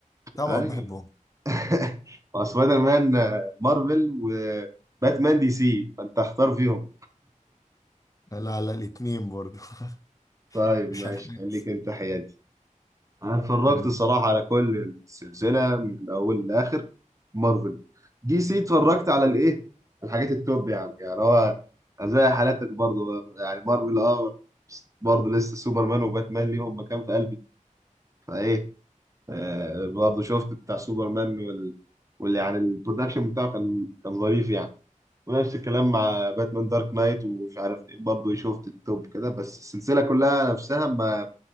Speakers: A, on the left (about 25°); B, on the right (about 25°).
A: طبعا
B: ايوه
A: بحبهم
B: <laughs> مع سبايدر مان آه، مارفل وباتمان دي سي فانت اختار فيهم
A: لا لا الاتنين برضو
B: طيب
A: <laughs> مش
B: ماشي
A: هنحاز
B: خليك انت حيادي انا اتفرجت
A: مم.
B: الصراحه على كل السلسله من الاول للاخر مارفل دي سي اتفرجت على الايه الحاجات التوب يعني يعني هو زي حالاتك برضو يعني مارفل اه بس برضو لسه سوبرمان وباتمان ليهم مكان في قلبي فايه آه برضو شفت بتاع سوبرمان وال واللي يعني البرودكشن بتاعه كان كان ظريف يعني ونفس الكلام مع باتمان دارك نايت ومش عارف ايه برضه شفت التوب كده بس السلسله كلها نفسها ما